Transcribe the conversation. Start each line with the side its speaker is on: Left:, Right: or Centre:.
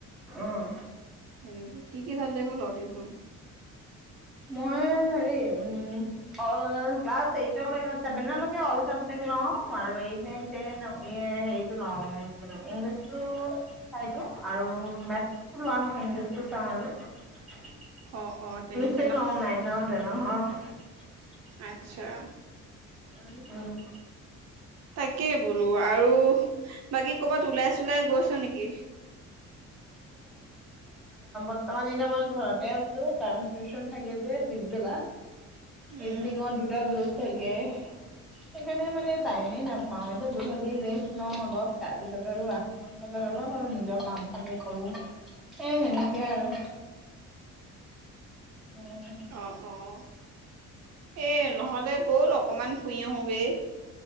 Centre: অ'।
Right: সনেকে কি কি চাবজেক্ট লওঁ টিউচন।
Centre: মই হেৰি আল ক্লাছ এইতঅ- চেভেন লৈকে আল চাবজেক্ট লওঁ আৰু এইত নাইন তেন হেৰি টো লওঁ ইংলিছ টো চাই দিও আৰু মোৰ মেটচটো লোৱা নহয় ইংলিচটো <unintelligible>
Right: অ', অ', তেনেক
Centre: <unintelligible>
Right: আতচ্ছা।
Centre: উম, উম।
Right: তাকেই বোলো, আৰু বাকী কৰ'বাত ওলাই, চোলাই গৈছ নেকি?
Centre: তাৰমানে এতিয়া মই ঘৰতে আছোঁ, কাৰণ টিউচন থাকে যে, পিছবেলা
Right: উম
Centre: দিনত দুটা <unintelligible> চাগে সেইকাৰণে মানে টাইমেই নাপাওঁ, এইটো গধূলি ৰেষ্ট লওঁ, অলপ তাৰপিছত আৰু আঠটামান বজাত অলপ আৰু নিজৰ কাম থাকে কৰোঁ এ, সেনেকে আৰু উম
Right: অ', অ'। এ, নহ'লে ব'ল অকমান ফুৰি আহোঁগে,